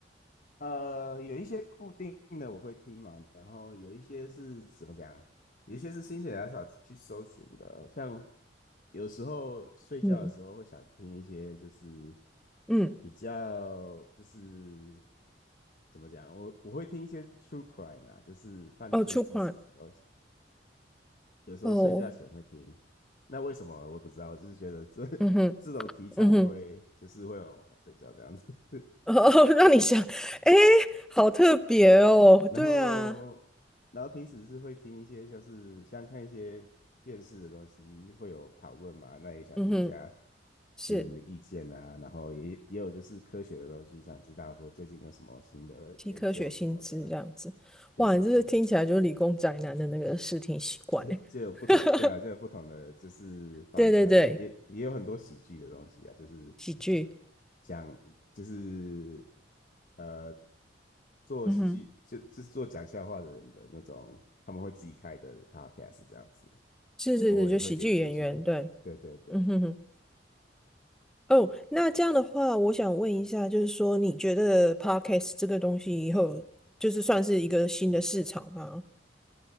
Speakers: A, on the left (about 50°); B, in the centre.
A: 呃，有一些固定的我会听嘛，然后有一些是怎么讲，有一些是心血来潮去搜寻的，像有时候睡觉的时候会想听一些就是
B: 嗯嗯，
A: 比较就是怎么讲，我我会听一些 true crime 啊，就是犯罪纪实的东西，
B: 哦出 r
A: 有时候睡觉前会听。
B: 哦，
A: 那为什么我也不知道，我只是觉得这
B: 嗯哼，
A: <laughs> 这种题材会就是会让我想睡觉这样子。
B: 嗯哼，<laughs> 哦，让你想，诶，好特别哦，
A: 然后，
B: 对啊，
A: 然后平时是会听一些，就是像看一些电视的东西，会有讨论嘛，那也想听一下
B: 嗯哼，是
A: 别人的意见啊，然后也也有就是科学的东西，想知道说最近有什么新的研究什么的。
B: 新科学新知这样子，
A: 对对对，
B: 哇，你这是听起来就是理工宅男的那个视听习惯欸，
A: 就就有不同，
B: <laughs>
A: 对啊，就有不同的就是方向啊，
B: 对对对，
A: 也也有很多喜剧的东西啊，就是
B: 喜剧，
A: 讲就是呃做喜剧就就是做讲笑话的人的那种，
B: 嗯哼。
A: 他们会自己开的 podcast 这样子。
B: 是是是，
A: 偶尔也会点进去。
B: 就喜剧演员，对，
A: 对对对，
B: 嗯哼哼。哦，那这样的话，我想问一下，就是说，你觉得 podcast 这个东西以后就是算是一个新的市场吗？